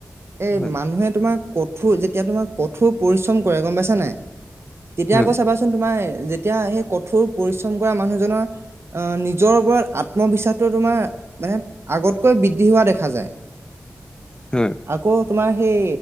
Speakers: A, on the right; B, on the left.
A: এই
B: হয়
A: মানুহে তোমাক কঠোৰ যেতিয়া তোমাৰ কঠোৰ পৰিশ্ৰম কৰে গম পাইছা তেতিয়া
B: হয়।
A: আকৌ চাবাচোন আকৌ তোমাৰ যেতিয়া সেই কঠোৰ পৰিশ্ৰম কৰা মানুহজনৰ আহ নিজৰ ওপৰত আত্মবিশ্বাসটো তোমাৰ মানে আগতকৈ বৃদ্ধি হোৱা দেখা যায়। <unintelligible>
B: উম
A: আকৌ তোমাৰ সেই